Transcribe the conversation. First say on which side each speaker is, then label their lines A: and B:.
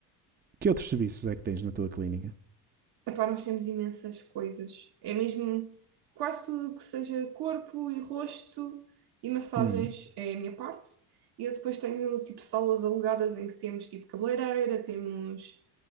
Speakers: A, on the right; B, on the right.
A: que outros serviços é que tens na tua clínica?
B: Epá, nós temos imensas coisas. É mesmo quase tudo que seja corpo e rosto e massagens
A: Hum,
B: é a minha parte. E eu depois tenho tipo salas alugadas em que temos tipo cabeleireira, temos,